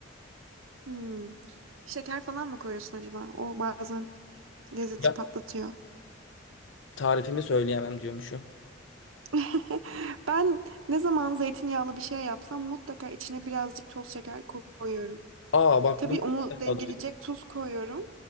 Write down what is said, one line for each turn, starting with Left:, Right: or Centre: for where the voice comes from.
Right: Hmm. Şeker falan mı koyuyorsun acaba? O bazen lezzeti
Left: Ya
Right: patlatıyor.
Left: tarifimi söyleyemem diyormuşum.
Right: <laughs> Ben ne zaman zeytinyağlı bir şey yapsam mutlaka içine birazcık toz şeker ko- koyuyorum.
Left: Aa bak
Right: Tabii
Left: bunu
Right: onu
Left: ilk defa
Right: dengeleyecek
Left: duydum.
Right: tuz koyuyorum.